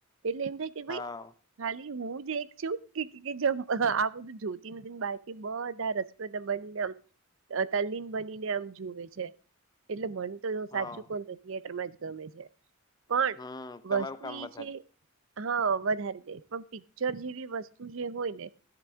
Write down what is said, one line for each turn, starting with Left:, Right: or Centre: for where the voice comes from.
Right: એટલે એમ થાય કે ભાઈ
Left: હા
Right: ખાલી હું જ એક છું કે જ આ બધું જોતી નથી ને બાળકી બધા રસપ્રદ બનીને તલ્લીન બનીને આમ જુવે છે એટલે મન તો
Left: હા
Right: સાચું કોણ તો થિયેટર માં જ ગમે છે. પણ
Left: હમ તમારું
Right: વસ્તુ
Left: કામ
Right: ઈ
Left: વધારે
Right: છે હા વધારે દે પણ પિક્ચર જેવી વસ્તુ જે હોય ને